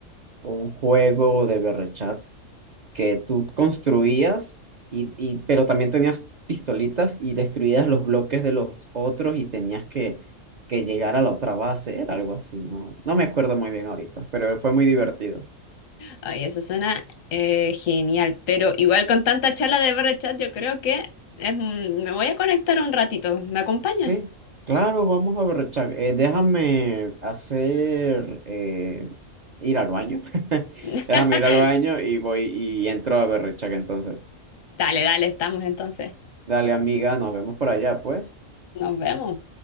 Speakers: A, on the right; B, on the left.
A: un juego de berrechat. que tú construías, y, y, pero también tenías pistolitas y destruías los bloques de los otros y tenías que, que llegar a la otra base, era algo así, no, no me acuerdo muy bien ahorita, pero fue muy divertido.
B: Ay, eso suena eh, genial, pero igual con tanta charla de ver chat yo creo que es un- me voy a conectar un ratito. ¿Me acompañas?
A: Sí, claro, vamos a ver, Chuck, eh, déjame hacer, eh, ir al baño, <laughs>
B: <laughs>
A: déjame ir al baño y voy y entro a Berrechak entonces.
B: Dale, dale, estamos entonces.
A: Dale, amiga, nos vemos por allá, pues.
B: Nos vemos.